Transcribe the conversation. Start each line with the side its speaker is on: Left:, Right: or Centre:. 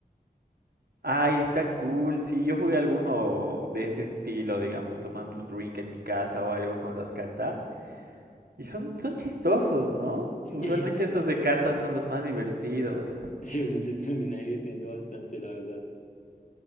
Right: Ay, está cool. Sí, yo jugué alguno de ese estilo, digamos, tomando un drink en mi casa o algo con las cartas. Y son, son chistosos, ¿no?
Left: <laughs>
Right: Usualmente estos de cartas son los más divertidos.
Left: Sí, uno se termina divirtiendo bastante, la verdad.